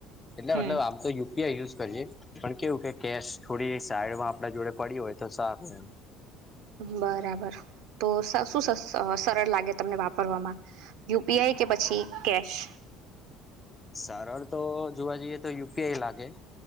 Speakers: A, on the left; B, on the right.
A: એટલે
B: હમ
A: મતલબ આમ તો યુ પી યાય યુઝ કરીએ પણ કેવું કે કેશ થોડી સાઈડમાં આપણા જોડે પડી હોય તો સારું એમ
B: બરાબર તો સ શું સ અ સરળ લાગે તમને વાપરવામાં યુ પી આઈ કે પછી કેશ
A: સારળ તો જોવા જઈએ તો યુપીઆઈ લાગે